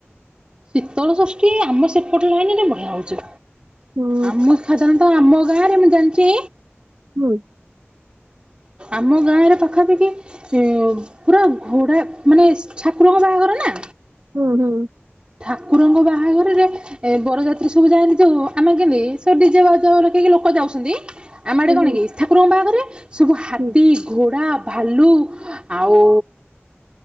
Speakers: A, on the right (about 25°); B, on the right (about 65°).
A: ଶୀତଳ ଷଷ୍ଠୀ ଆମ ସେପଟେ ଲାଇନରେ ବଢିଆ ହଉଛି।
B: ହୁଁ।
A: ଆମ ଖାତାନ ତ ଆମ ଗାଁରେ ମୁ ଜାଣିଛି।
B: ହୁଁ
A: ଆମ ଗାଁରେ ପାଖାପାଖି ଏ ପୁରା ଘୋଡ଼ା ମାନେ ଠାକୁରଙ୍କ ବାହାଘର ନା
B: ହୁଁ ହୁଁ
A: ଠାକୁରଙ୍କ ବାହାଘରରେ ଏ ବରଯାତ୍ରୀ ସବୁ ଯାଆନ୍ତିି ଯୋଉ ଆମେ କେନ୍ତି ସବୁ ଡିଜେ ବାଜା ଡ଼କେଇକି ଲୋକ ଯାଉଛନ୍ତି। ଆମେ
B: ହୁଁ
A: ଆଡ଼େ କଣ
B: ହୁଁ
A: କି ଠାକୁରଙ୍କ ବାହାଘରରେ ସବୁ ହାତୀ,
B: ହୁଁ
A: ଘୋଡ଼ା, ଭାଲୁ ଆଉ